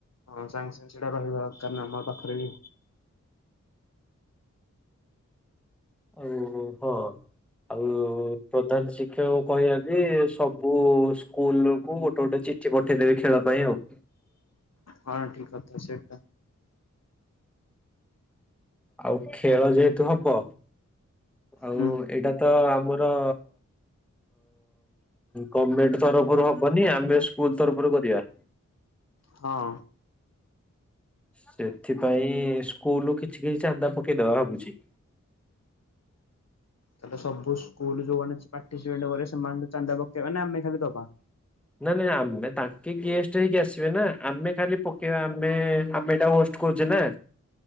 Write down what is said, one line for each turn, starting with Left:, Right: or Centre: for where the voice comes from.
Left: ହଁ ସାଙ୍ଗେ ସାଙ୍ଗେ ସେଇଟା ରହିବା କାରଣ ଆମ ପାଖରେ ବି
Centre: ଆଉ ହଁ। ଆଉ ପ୍ରଧାନ ଶିକ୍ଷକ ଙ୍କୁ କହିଆ ଯେ ସବୁ ସ୍କୁଲ କୁ ଗୋଟେ ଗୋଟେ ଚି ଚିଠି ପଠେଇଦେବେ ଖେଳ ପାଇଁ ଆଉ।
Left: ହଁ ଠିକ୍ କଥା ସେଟା।
Centre: ଆଉ ଖେଳ ଯେହେତୁ ହବ, ଆଉ
Left: ହୁଁ
Centre: ଏଇଟା ତ ଆମର ଗର୍ମେଣ୍ଟ ତରଫରୁ ହବନି ଆମେ ସ୍କୁଲ ତରଫରୁ କରିବା।
Left: ହଁ।
Centre: ସେଥିପାଇଁ ସ୍କୁଲ ରୁ କିଛି କିଛି ଚାନ୍ଦା ପକେଇ ଦବା ଭାବୁଚି।
Left: ତାହେଲେ ସବୁ ସ୍କୁଲ ଯୋଉମାନେ ଆସି ପାର୍ଟିସିପେଟ୍ କରିବେ ସେମାନଙ୍କୁୁ ଚାନ୍ଦା ପକେଇବା ନା ଆମେ ଖାଲି ଦବା?
Centre: ନା ନା ନାଇଁ ଆମେ ତାଙ୍କେ ଗେଷ୍ଟ ହେଇକି ଆସିବେ ନା ଆମେ ଖାଲି ପକେଇବା ଆମେ <inaudible> କହୁଚି ନା।